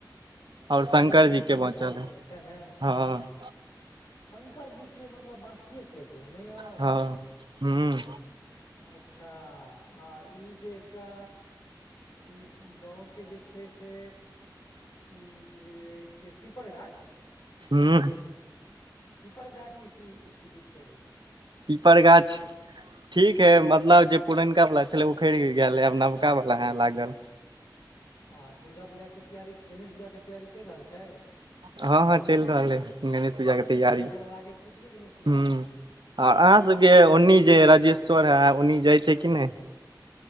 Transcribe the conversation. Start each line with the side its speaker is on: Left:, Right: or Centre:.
Left: अच्छा!
Right: और शंकर
Left: बजरङ्गलीके
Right: जी के
Left: काम
Right: बचल
Left: भऽ गेल
Right: है
Left: छै, सएह ने।
Right: हँ
Left: शङ्करजीके मतलब बाँकिए छै पूरा नहि आउ?
Right: हँ हूँ
Left: अच्छा! आ ई जे एकटा ई गाँवके जे छै से ई जे अछि पीपर गाछ।
Right: हू।
Left: पीपड़ गाछ के की स्थिति छै अभी?
Right: पीपर गाछ! ठीक है, मतलब जे पुरनका वाला छले उखैड़ गेल है, आब नबका वाला है लागल।
Left: आ दुर्गा पूजाके तैयारी, गणेश पूजाके तैयारी चलि रहल छै।
Right: हँ- हँ, चलि रहल है गणेश पूजाके तैयारी।
Left: मेला तेला लागै छै कि नहि गणेश पूजामे
Right: ह आर अहाँ सबके ओन्नी जे, राजेश्वर है ओन्नी जाइ छै कि नहि।